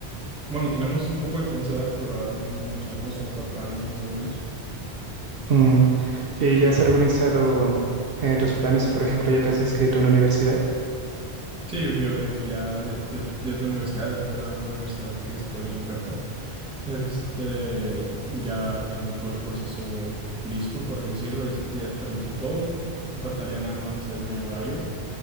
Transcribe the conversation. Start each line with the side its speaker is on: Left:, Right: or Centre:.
Centre: Bueno, tenemos un poco de diferencia de edad, pero la verdad no es mucha, ¿no? Son cuatro años más o menos.
Right: Mm, ¿Y ya has organizado mm, eh, tus planes? Por ejemplo, ¿ya te has inscrito en una universidad?
Centre: Sí, fíjate que ya, ya, ya, ya tu universidad, estoy en la misma universidad que estoy en prepa. Este, ya tengo todo el proceso listo, por así decirlo, ya, ya tramité todo. Me faltaría nada más hacer mi horario,